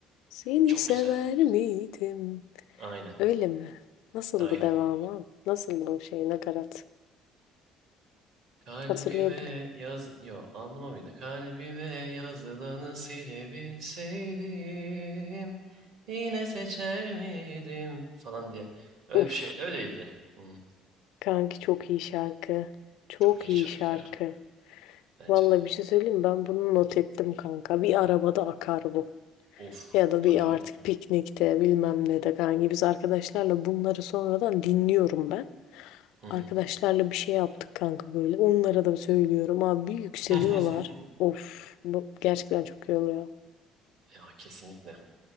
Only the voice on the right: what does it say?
Çok
güzel.
Aynen.
Aynen.
Kalbime
yaz... Yo anlama mıydı? Kalbime yazılanı silebilseydim yine seçer miydim falan diye. Öyle
bir şey. Öyleydi. Hı,
Çok iyi
şarkı
ya. Bence
de.
Of.
Tabii
canım.
Hı hı.
<laughs>
Ya kesinlikle.